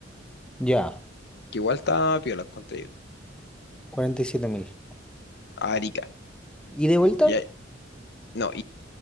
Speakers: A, in the centre; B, on the left.
A: ya,
B: que igual estaba piola, encontré yo.
A: cuarenta y siete mil.
B: A Arica,
A: ¿Y de vuelta?
B: ya, no,